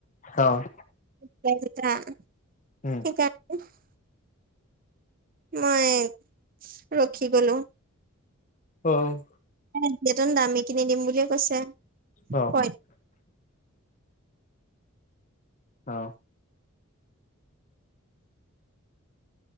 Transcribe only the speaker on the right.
<unintelligible>
সেইকাৰণে <unintelligible> মই ৰখি গলো।
তেতিয়া টো দামী কিনি দিম বুলিয়ে কৈছে
পইচা